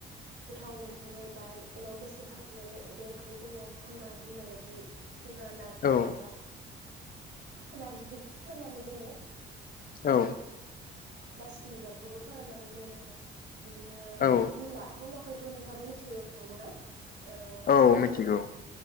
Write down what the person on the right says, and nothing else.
गोथाव मोनहोनो बा उनाव गोसोखांनानै बे ओंख्रै दङ' होनना बुंनाय बाददि जोंहा नारजि
एबा नारजि फोराननानै दोनो।
बासिकि बिबारखौबो फोराननानै दोनो। बिदिनो
मुला मुला खौथ' नोंथाङाबो मिथिखागौ। नंगौ ना? ओ मुलाखौबो